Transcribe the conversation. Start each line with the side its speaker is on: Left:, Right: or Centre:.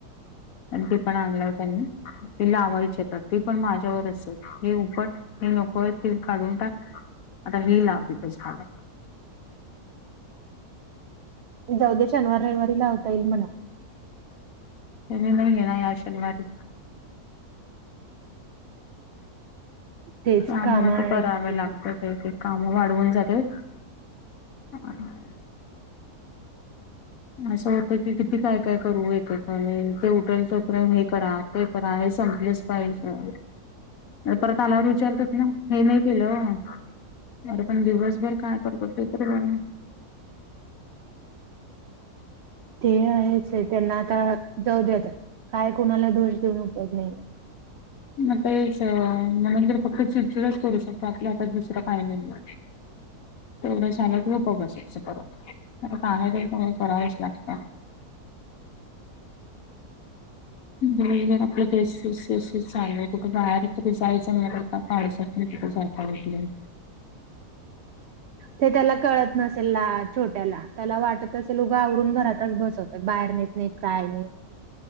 Left: आणि ते पण आणलाय त्यानी ति लावायचीयेत ती पण माझ्यावरचे हे उपट हे नकोय ते काढून टाक आता हे लाव तिथं झाडं.
Right: जाऊ दे शनिवार रविवारी लावता येईल म्हणावं.
Left: त्यांनी नाहीये ना या शनिवारी.
Right: तेच
Left: त्यामुळे
Right: कामं आहेत.
Left: तर करावे लागेल. एक एक काम वाढवून जातायेत. <unintelligible> असं होतं की किती काय काय करू एकेकाणी ते उठेल तोपर्यंत हे करा ते पण आहे संपलेच पाहिजे. ने परत आल्यावर विचारत्यात ना हे नाही केलं? अरे पण दिवसभर काय करतात ते तरी बघा.
Right: ते आहेचे त्यांना आता जाऊ दे आता काय कुणाला दोष देण्यात उपयोग नाहीये.
Left: मग तेच म्हणून तर फक्त चिडचिडच करू शकतो आपल्या हातात दुसरं काय नाही म. तेवढं झालं की गप्प बसायचं परत परत आहे ते सगळं करावेच लागता. <unintelligible> शिळ शिळ शिळ चालूये कुठ बाहेर कुठ जायचं म्हटलं तरी आता पावसात पण कुठं जाता येतं नाही.
Right: ते त्याला कळत नसेल ला छोट्याला त्याला वाटत असेल उगा आवरून घरातच बसवतात बाहेर न नेत काय नाही.